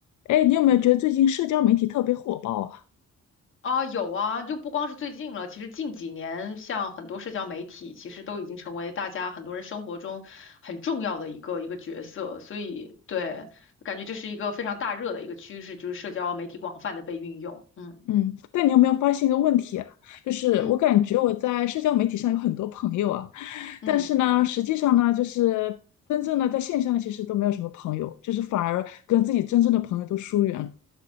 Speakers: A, on the left; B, on the left.
A: 哎，你有没有觉得最近社交媒体特别火爆啊？
B: 啊，有啊，就不光是最近了，其实近几年，像很多社交媒体，其实都已经成为大家很多人生活中很重要的一个一个角色。所以，对，感觉这是一个非常大热的一个趋势，就是社交媒体广泛的被运用。嗯
A: 嗯，但你有没有发现一个问题啊？就是我感觉我在社交媒体上有很多朋友啊，
B: 嗯嗯。
A: 但是呢，实际上呢，就是真正的在线下呢，其实都没有什么朋友，就是反而跟自己真正的朋友都疏远了。